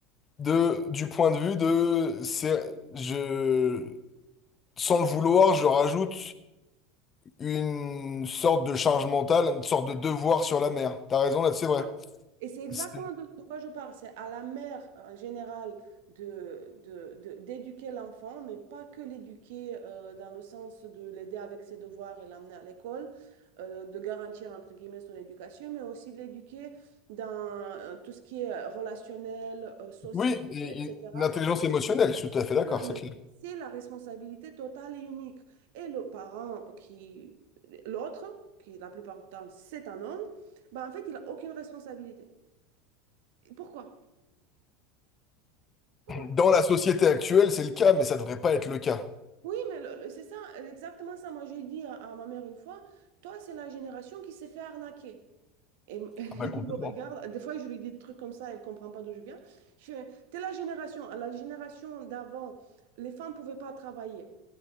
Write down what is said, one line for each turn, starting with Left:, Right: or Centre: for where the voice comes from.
Left: de, du point de vue de, c'est, je, sans le vouloir, je rajoute une sorte de charge mentale, une sorte de devoir sur la mer. T'as raison, là, c'est vrai.
Right: Voilà. Et c'est exactement
Left: C'est-
Right: de, de quoi je parle. C'est à la mère en général de, de- de- d'éduquer l'enfant, mais pas que l'éduquer euh, dans le sens de l'aider avec ses devoirs et l'amener à l'école, euh, de garantir entre guillemets son éducation, mais aussi de l'éduquer dans euh, tout ce qui est relationnel, euh, social,
Left: Oui, et-
Right: etc.
Left: et une intelligence émotionnelle, je suis tout à fait
Right: Voilà,
Left: d'accord,
Right: mais
Left: c'est clair.
Right: c'est la responsabilité totale et unique. Et le parent qui, l'autre, qui la plupart du temps c'est un homme, bah, en fait, il n'a aucune responsabilité. Pourquoi? Pourquoi?
Left: Dans la société actuelle, c'est le cas, mais ça devrait pas être le cas.
Right: Oui, mais le- le- c'est ça, exactement ça. Moi, j'ai dit à, à ma mère une fois, toi, c'est la génération qui s'est fait arnaquer. Et m- <laughs> elle
Left: Ah bah, complètement.
Right: me regarde, des fois, je lui dis des trucs comme ça, elle comprend pas d'où je viens. Je fais, t'es la génération, la génération d'avant, les femmes pouvaient pas travailler.